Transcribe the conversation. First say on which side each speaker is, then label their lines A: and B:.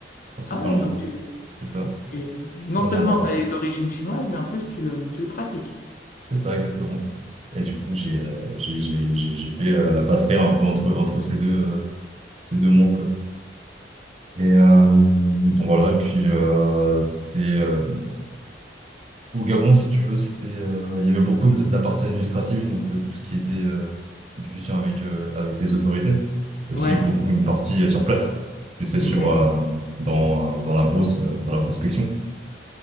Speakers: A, on the right; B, on the left.
A: principalement.
B: Ah ouais, donc tu,
A: C'est ça,
B: tu- non
A: le
B: seulement
A: mandarin.
B: tu as les origines chinoises, mais en plus, tu le, tu le pratiques.
A: C'est ça, exactement. Et du coup, j'ai euh, j'ai j'ai- j'ai- j'ai fait euh, la passerelle un peu entre, entre ces deux, euh, ces deux mondes, quoi. Et euh, voilà, et puis euh, c'est... euh, Au Gabon, si tu veux, c'était, euh, il y avait beaucoup de la partie administrative, donc euh, tout ce qui était euh, discussion avec, euh, avec les autorités, et aussi
B: Ouais.
A: beaucoup une partie euh, sur place. Et c'est sur,
B: Mhm.
A: euh, dans, euh, dans la brousse, euh, dans la prospection.